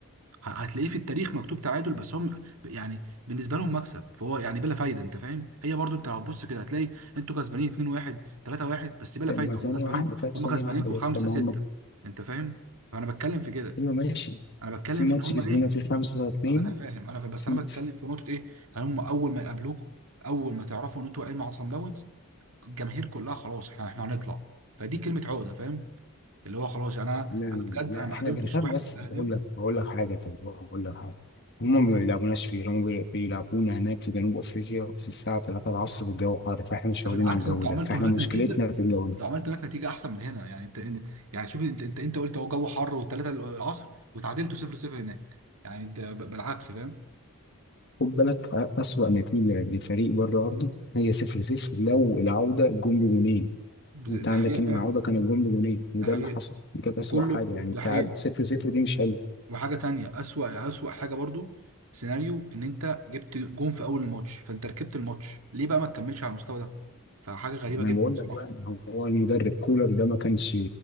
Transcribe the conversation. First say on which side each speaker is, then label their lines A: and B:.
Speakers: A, on the right; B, on the left.
A: ه- هتلاقيه في التاريخ مكتوب تعادل بس هم يعني بالنسبه لهم مكسب فهو يعني بلا فايده انت فاهم هي برضو انت هتبص كده هتلاقي انتوا كسبانين 2 1 3 1 بس بلا
B: لما
A: فايده
B: ثانية
A: هم كسبانين
B: واحدة طيب
A: هم
B: ثانية
A: كسبانينكم
B: واحدة
A: 5
B: بس طب ما
A: 6
B: هم
A: انت فاهم فانا بتكلم في كده
B: ايوه ماشي
A: انا بتكلم
B: في ماتش
A: في ان هم
B: كسبونا
A: ايه
B: فيه خمسة اتنين
A: انا فاهم انا فاهم. بس
B: في
A: انا بتكلم في نقطه ايه هل هم اول ما يقابلوكوا اول ما تعرفوا ان انتوا واقعين مع صن داونز الجماهير كلها خلاص احنا احنا هنطلع فدي كلمه عقده فاهم اللي هو خلاص يعني انا
B: لا
A: انا بجد
B: لا
A: انا ما
B: احنا
A: قابلتش
B: بنخاف
A: واحد
B: بس بقول
A: اهلاوي
B: لك بقول لك حاجه طب بقول لك حاجه هم ما بيلعبوناش فيه هم بي- بيلعبونا هناك في جنوب افريقيا في الساعه 3 العصر في الجو حار فاحنا مش
A: ده
B: واخدين
A: بالعكس
B: على الجو
A: انتوا
B: ده
A: عملتوا
B: فاحنا
A: هناك
B: مشكلتنا
A: نتيجه
B: في الجو ده
A: لو عملت هناك نتيجه احسن من هنا يعني انت انت- يعني شوف انت انت انت قلت هو جو حر والثلاثه العصر وتعادلتوا 0 0 هناك يعني انت ب- بالعكس فاهم
B: خد بالك أ- اسوأ نتيجه لفريق بره ارضي هي 0 0 لو العوده جون بجونين
A: بز-
B: انت
A: دي
B: عندك
A: حقيقه
B: هنا
A: فعلا
B: العوده كان الجون بجونين وده
A: ده حقيقه
B: اللي حصل دي كانت
A: وكله
B: اسوأ حاجه
A: ده
B: يعني التعادل
A: حقيقه
B: 0 0
A: و-
B: دي مش حلوه
A: وحاجه تانية اسوأ اسوأ حاجه برضو سيناريو ان انت جبت جون في اول الماتش فانت ركبت الماتش ليه بقى ما تكملش على المستوى ده فحاجه غريبه
B: ما
A: جدا
B: انا بقول
A: بصراحه
B: لك بقى هو المدرب كولر ده ما كانش